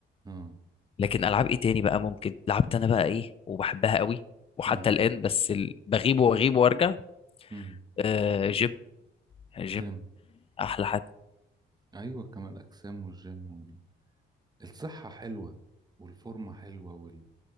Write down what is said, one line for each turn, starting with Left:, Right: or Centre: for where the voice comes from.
Right: اه
Left: لكن العاب ايه تاني بقى ممكن لعبت انا بقى ايه وبحبها قوي وحتى
Right: اه
Left: الان بس ال... بغيب واغيب وارجع
Right: امم
Left: آه جيم جيم
Right: جيم
Left: احلى حاجه
Right: ايوه كمال اجسام والجيم وال... الصحة حلوة والفورمة حلوة وال...